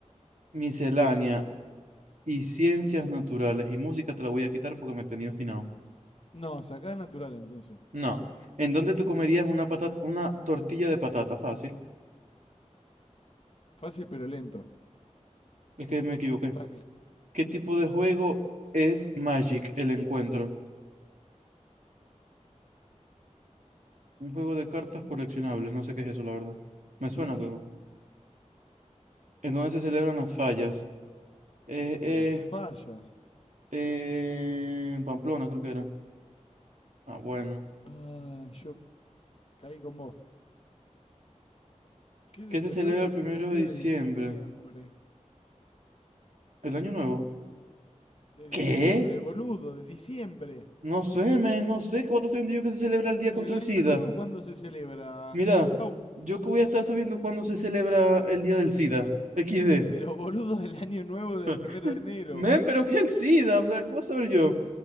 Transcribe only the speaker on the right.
miscelánea, Y ciencias naturales y música te la voy a quitar porque me tenía obstinado.
No. ¿En dónde te comerías una patata, una tortilla de patata? Fácil.
Es que me equivoqué.
¿Qué tipo de juego es Magic, el encuentro? Un juego de cartas coleccionables. No sé qué es eso, la verdad. Me suena,
pero. ¿En dónde se celebran las fallas? Eh,
eh,
eh, en Pamplona, creo que era. Ah, bueno.
¿Qué
se celebra
el primero
de diciembre?
El año nuevo.
¿Qué?
No sé, me, no sé. ¿Qué voy a estar sabiendo yo que se celebra el día
contra
el SIDA?
Mira,
yo que voy a estar sabiendo cuándo se celebra el Día del SIDA. XD.
<laughs>
Men, pero ¿qué es el SIDA? O sea, ¿qué voy a saber yo?